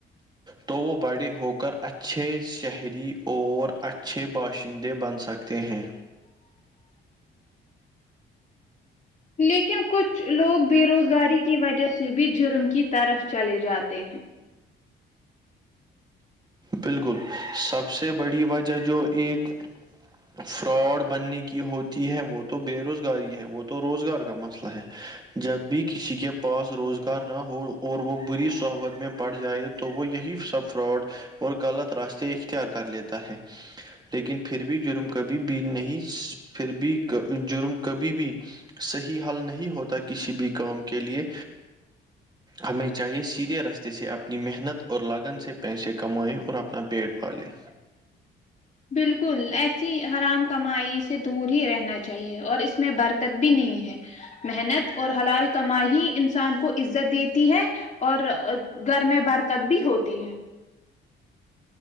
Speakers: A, on the right; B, on the left.
A: تو وہ بڑے ہو کر اچھے شہری اور اچھے باشندے بن سکتے ہیں
B: لیکن کچھ لوگ بے روزگاری کی وجہ سے بھی جرم کی طرف چلے جاتے ہیں
A: بالکل سب سے بڑی وجہ جو ایک فراڈ بننے کی ہوتی ہے وہ تو بے روزگاری ہے وہ تو روزگار کا مسئلہ ہے جب بھی کسی کے پاس روزگار نہ ہو اور وہ بری صحبت میں پڑ جائے تو وہ یہی سب فراڈ اور غلط راستے اختیار کر لیتا ہے لیکن پھر بھی جرم کبھی بھی نہیں پھر بھی جرم کبھی بھی صحیح حل نہیں ہوتا کسی بھی کام کے لے ہمیں چاہیے سیدھے رستے سے اپنی محنت اور لگن سے پیسے کمائے اور اپنا پیٹ پالے
B: بالکل ایسی حرام کمائی سے دور ہی رہنا چاہیے اور اس میں برکت بھی نہیں ہے محنت اور حلال کمائی انسان کو عزت دیتی ہے اور گھر میں برکت بھی ہوتی ہے